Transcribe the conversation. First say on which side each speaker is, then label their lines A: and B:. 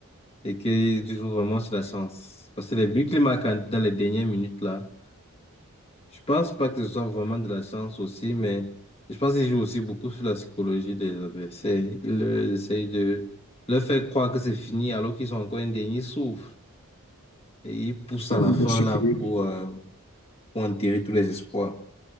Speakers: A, on the left; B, on the left.
A: Et qu'ils jouent vraiment sur la chance. Parce que les buts qu'ils marquent en- dans les dernières minutes, là, Je pense pas que ce soit vraiment de la chance aussi, mais je pense qu'il joue aussi beaucoup sur la psychologie des adversaires. Il euh, essaye de leur faire croire que c'est fini alors qu'ils ont encore un dernier souffle. Et ils poussent
B: oui,
A: à la fin
B: bien sûr
A: là
B: que
A: pour,
B: oui.
A: euh, pour enterrer tous les espoirs.